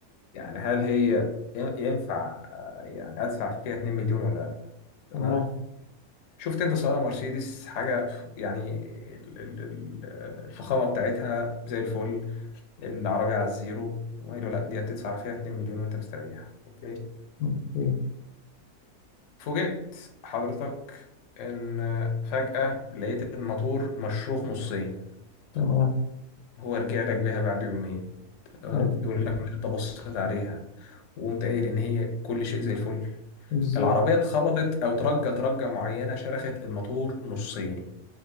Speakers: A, on the left; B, on the left.
A: يعني هل هي ين- ينفع آه، يعني ادفع فيها 2 مليون ولا لا تمام
B: تمام
A: شفت انت سيارة مرسيدس حاجة يعني ال- ال- ال- آه، الفخامة بتاعتها زي الفل العربية على الزيرو وقالوا لا دي هتدفع فيها 2 مليون وانت مستريح اوكي
B: أوكي
A: فوجئت حضرتك إن فجأة لقيت الماتور مشروخ نصين
B: تمام
A: هو رجع لك بيها بعد يومين تمام
B: حلو
A: يقول لك مش أنت بصيت عليها وقمت قايل إن هي كل شيء زي الفل
B: بالظبط
A: العربية اتخبطت أو ترجت رجة معينة شرخت الماتور نصين